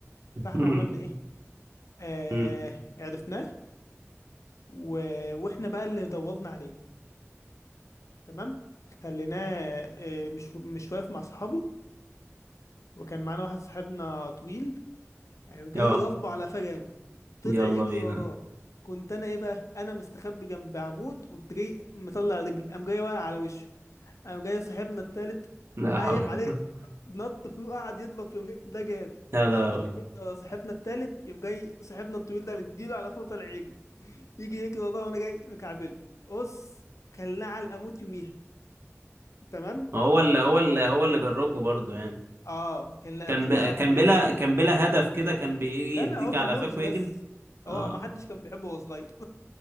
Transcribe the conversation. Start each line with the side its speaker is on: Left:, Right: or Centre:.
Right: <laughs>
Left: فاحنا عملنا ايه آه...
Right: مم.
Left: عرفناه و... واحنا بقى اللي دورنا عليه تمام خليناه آه، مش مش واقف مع صحابه وكان معانا واحد صاحبنا طويل يعني جاي
Right: اه
Left: يضربه على قفاه جامد طلع
Right: يلا
Left: يجري
Right: بينا
Left: وراه كنت انا ايه بقى انا مستخبي جنب عمود قمت جاي مطلع رجلي قام جاي واقع على وشه قام جاي صاحبنا التالت
Right: لا
Left: قايم
Right: حول
Left: عليه
Right: <laughs>
Left: نط فيه وقعد يضرب فيه يقوم جاي- ده جاد
Right: لا لا
Left: يجي يجري ورا صاحبنا التالت يقوم جاي صاحبنا الطويل ده مديله على فوق طالع يجري يجي يجري وراه وانا جاي مكعبله بص كلناه على الاموت يوميها تمام
Right: هو اللي هو اللي هو اللي جروكوا برضه يعني
Left: اه كان
Right: كان
Left: كان
Right: ب...
Left: علقه
Right: كان
Left: موت
Right: بلا كان بلا هدف كده كان بيجي
Left: لا
Right: يديك
Left: لا هو كان
Right: على
Left: مؤذي
Right: قفاك ويجري
Left: بس
Right: اه
Left: هو ما حدش كان بيحبه وهو صغير